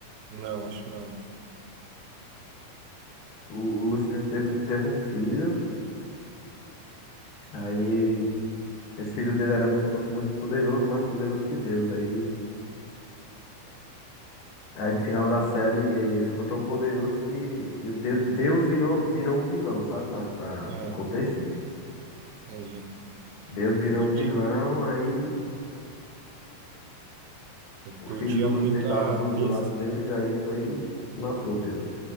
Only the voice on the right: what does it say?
Não, acho que não.
Mano,
ah,
entendi.
Eu curti,
eu
curtia
muito
a,
ter-